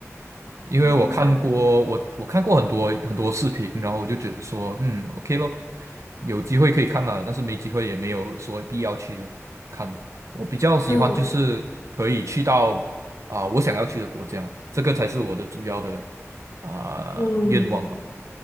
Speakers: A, on the right (about 70°); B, on the left (about 55°).
A: 因为我看过我我看过很多很多视频，
B: 原来。
A: 然后我就觉得说，嗯，OK 咯，有机会可以看啦，但是没机会也没有说必要去看。我比较喜欢就是可以去到啊、
B: 嗯
A: 我想要去的国家，这个才是我的主要的啊、
B: 嗯，
A: 愿望吧。